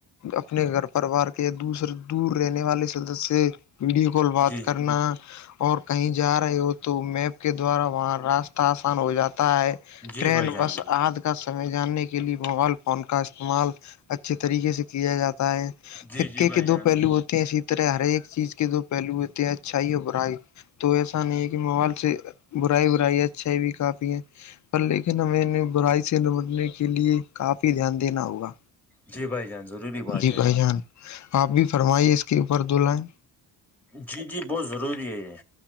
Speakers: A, on the left; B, in the centre.
A: اپنے گھر پروار کے یا دوسر دور رہنے والے سدس ویڈیو کال بات
B: جی
A: کرنا اور کہیں جا رہے ہو تو میپ کے دوارا وہاں راستہ آسان ہو جاتا ہے
B: جی
A: <unintelligible>
B: بھائی جان جی
A: سمے جاننے کے لیے موبائل فون کا استعمال اچھے طریقے سے کیا جاتا ہے
B: جی
A: فکے
B: جی بھائی
A: کے
B: جان
A: دو پہلو ہوتے ہیں اسی طرح ہر ایک چیز کے دو پہلو ہوتے ہیں اچھائی اور برائی تو ایسا نہیں ہے کہ موبائل سے برائی برائی اچھائی بھی کافی ہیں پر لیکن ہمیںہیں برائی سے نمٹنے کے لیے کافی دھیان دینا ہوگا
B: جی بھائی جان ضروری بات
A: جی
B: ہے
A: بھائی جان آپ بھی فرمائیے اس کے اوپر دو لائیں
B: جی جی بہت ضروری ہے یہ